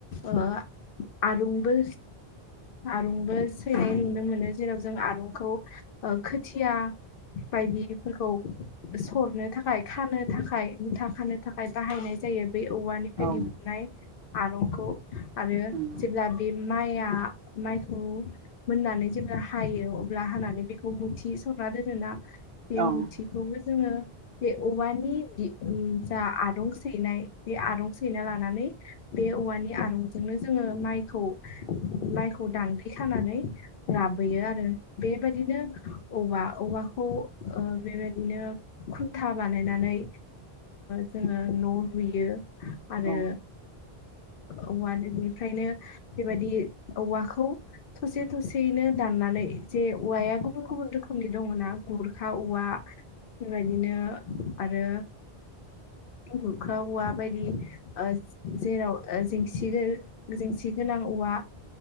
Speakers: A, on the left (about 65°); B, on the right (about 65°).
A: ओ आरुंबो आरंबो सैनाय नुनो मोनो जेराव जों आरुंखौ ओ खोथिया बायदिफोरखौ सरनो थाखाय खानो थाखाय मुथा खानो थाखाय बाहायनाय जायो! बे औवानिफ्राय
B: औ
A: दिहुननाय आरंखौ आरो
B: नंगौ
A: जेब्ला बे माइआ माइखौ मोननानै जे हायो अब्ला हानानै बेखौ मुथि सरना दोनोना बे
B: औ
A: मुथि
B: उम
A: बेखौबो जोंङो बे औवानि जा आदं सैनाय बे आरं सैना लानानै बे औवानि आरंजोंनो जोंङो माइखौ माइखौ दांग्रि खानानै लाबोयो आरो बेबायदिनो औवा औवाखौ ओ बेबायदिनो- खुनथा बानायनानै जोङो न' लुयो! आरो
B: औ
A: औव बेनिफ्रायनो बेबायदि औवाखौ थसे थसे खाबसेयैनो दाननानै जे औवाया गुबुन गुबुन रोखोमनि दङ ना गुरखा औवा बेबायदिनो आरो गोुरख्रा औवा बायदि ओ जेराव जेंसि जेंसि गोनां औवा